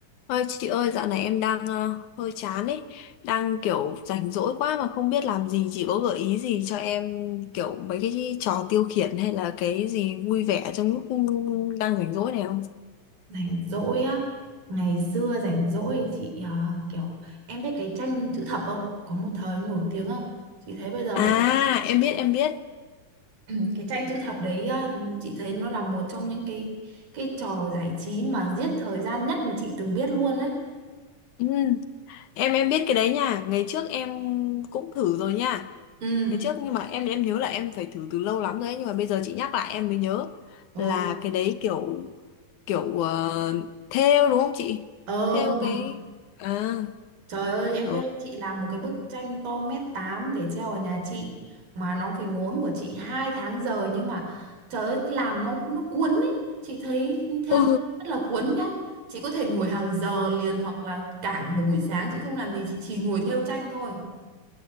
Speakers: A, on the left; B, on the right.
A: ơi chị ơi, dạo này em đang ờ, hơi chán ấy, đang kiểu rảnh rỗi quá mà không biết làm gì, chị có gợi ý gì cho em kiểu mấy cái trò tiêu khiển hay là cái gì vui vẻ trong lúc đang rảnh rỗi này không?
B: rảnh rỗi á ngày xưa rảnh rỗi chị à, kiểu em biết cái tranh chữ thập không có một thời nổi tiếng không chị thấy bây giờ
A: À,
B: vẫn
A: em biết em biết.
B: <clears throat> cái tranh chữ thập đấy à, chị thấy nó là một trong những cái cái trò giải trí mà giết thời gian nhất mà chị từng biết luôn đấy
A: Ừ, em em biết cái đấy nha, ngày trước em cũng thử rồi nha.
B: Ừ.
A: Ngày trước nhưng mà em em nhớ là em phải thử từ lâu lắm rồi ấy, nhưng mà bây giờ chị nhắc lại em mới nhớ
B: ờ
A: là cái đấy kiểu kiểu ờ, thêu đúng không chị?
B: ờ
A: Thêu
B: mà
A: cái à
B: Trời ơi,
A: Ừ.
B: em biết không, chị làm một cái bức tranh to mét 8 để treo ở nhà chị mà nó phải ngốn của chị hai tháng giờ nhưng mà trời ơi, làm nó nó cuốn ấy. Chị thấy theo
A: Ừ,
B: rất là cuốn nhá. Chị có thể ngồi hàng giờ liền hoặc là cả một buổi sáng chị không làm gì chị chỉ ngồi theo tranh thôi.